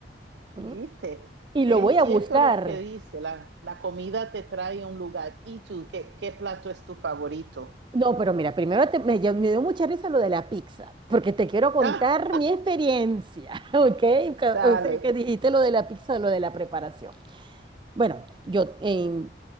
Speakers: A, on the right (about 25°); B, on the right (about 80°).
A: ¿eh?
B: ¿viste?
A: y
B: Es
A: lo voy a
B: cierto
A: buscar.
B: lo que dice, la, la comida te trae a un lugar. ¿Y tú qué, qué plato es tu favorito?
A: No, pero mira, primero te- me, ya- me dio mucha risa lo de la pizza, porque te quiero contar
B: Ah,
A: mi experiencia, <laughs> ¿ok? Que-
B: dale.
A: O sea, que dijiste lo de la pizza, lo de la preparación. Bueno, yo, em,